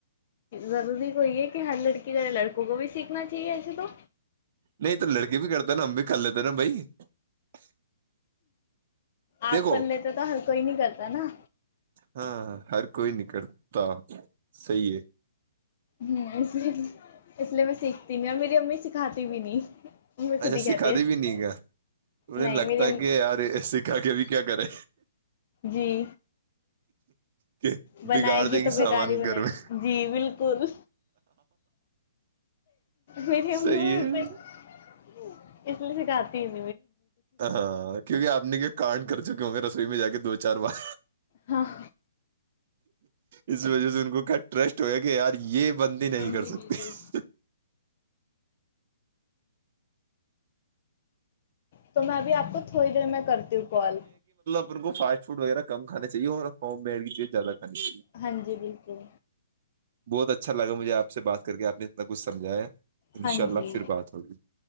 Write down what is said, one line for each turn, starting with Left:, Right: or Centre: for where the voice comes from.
Left: ضروری کو یہ ہے کہ ہر لڑکیے لڑکوں کو بھی سیکھنا چاہیے ایسے تو
Right: نہیں تو لڑکی بھی کرتے ہے نا ہم بھی کر لیتے نا بھائی <unintelligible>
Left: آپ
Right: دیکھو
Left: کر لیتے تو ہر کوئی نہیں کرتا نا
Right: ہاں ہر کوئی نہیں کرتا صیح ہے
Left: ہ اس لیے میں سیکھتی نہیں اور میری امی سکھاتی ت بھی نہیں امی خود
Right: اچھا
Left: ہی کہتی
Right: سکھا دی
Left: ہے
Right: بھی نہیں گ انہیں
Left: نہیں
Right: لگتا
Left: میری امی
Right: ہے کہ یار سکھا کے ابھی کیا کرے
Left: جی
Right: کہ
Left: بنائے
Right: بگاڑ
Left: گی
Right: دے
Left: تو بیکار
Right: سامان
Left: ہی بنائے
Right: گھر میں
Left: گی جی بالکل میری امی
Right: صحیح
Left: میں
Right: ہے
Left: اس لیے سکھاتی ہ
Right: ہاں کیونکہ آپ نے کے کارڈ کر چکے ہوں گے ر سوئی میں جا کے دو چار بار
Left: ہاں
Right: اس وجہ سے ان کو ک ٹرسٹ ہو گیا کہ آج یہ بندی نہیں
Left: ہاں
Right: کر
Left: جی
Right: سکتی
Left: بالکل
Right: <inaudible>
Left: تو میں اب آپ کو تھوڑی دیر میں کرتی ہوں کال
Right: ا ان کو فاسٹ فڈ وغیرہ کھا چاہیے ہو میڈ کی چیز زیاد کھانیی
Left: ہاں جی بالکل
Right: بہت اچھا لگ مجھ آپ سے بات کر کے آپ نے اس ب گ سم جائے انشاء
Left: ہاں
Right: اللہ
Left: جی
Right: پھر بات ہوگی